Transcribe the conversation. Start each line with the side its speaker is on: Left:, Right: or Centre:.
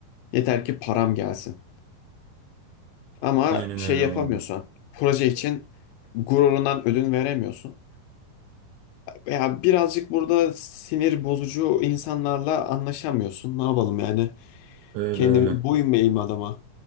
Left: Yeter ki param gelsin. Ama
Right: Aynen
Left: şey
Right: öyle
Left: yapamıyorsun.
Right: vallahi.
Left: Proje için gururundan ödün veremiyorsun. Veya birazcık burada sinir bozucu insanlarla anlaşamıyorsun. Ne yapalım yani?
Right: Öyle
Left: Kendi
Right: öyle.
Left: boyun eğeyim adama?